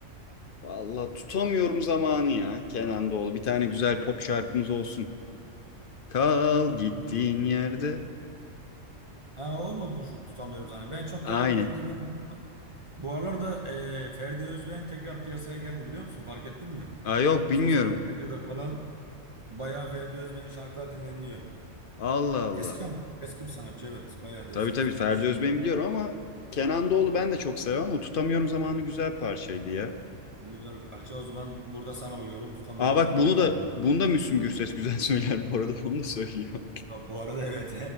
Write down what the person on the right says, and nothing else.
Öyle
mi diyorsun?
Ha o mu bu tutamıyorum zamanı? Ben çok
Kenan Doğulu dinlemiyorum. Bu aralarda e, Ferdi Özben tekrar piyasaya geldi biliyor musun? Fark ettin mi?
Sosyal medyada falan bayağı Ferdi Özben'in şarkılar dinleniliyor.
Eski ama eski bir sanatçı evet. Bayağı da
eski
bir sanatçı.
Güzel bir parça. O zaman burada sana uyuyorum. Tutamıyorum
zamanı
dedim.
Bu bu arada evet.